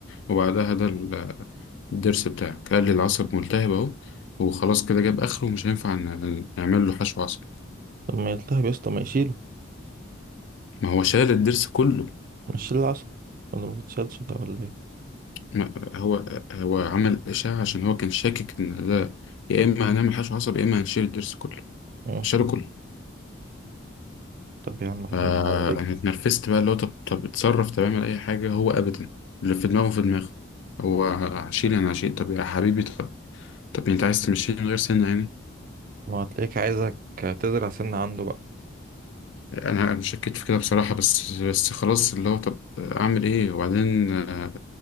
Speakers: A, on the left; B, on the right.
A: وبعدها ده ال- الضرس بتاعك قال لي العصب ملتهب أهو وخلاص كده جاب آخره ومش هينفع ن- نعمل له حشو عصب
B: طب ما يلتهب يا اسطى ما يشيله
A: ما هو شال الضرس كله
B: ما يشيل العصب ولا ما بتشالش ده ولا ايه؟
A: ما- هو هو عمل إشاعة عشان هو كان شاكك إن ده يا إما هنعمل حشو عصب يا إما هنشيل الضرس كله
B: مم.
A: شالوا كله
B: طب يا عم ربنا
A: فأنا
B: يعوض عليك بقى
A: اتنرفزت بقى اللي هو طب طب اتصرف طب اعمل أي حاجة هو أبدا اللي في دماغه في دماغه هو هشيل أنا هشيل طب يا حبيبي طب طب أنت عايز تمشيني من غير سنة يعني
B: ما هو هتلاقيك عايزك تزرع سنة عنده بقى
A: أنا أنا شكيت في كده بصراحة بس بس خلاص اللي هو طب أعمل إيه وبعدين آه،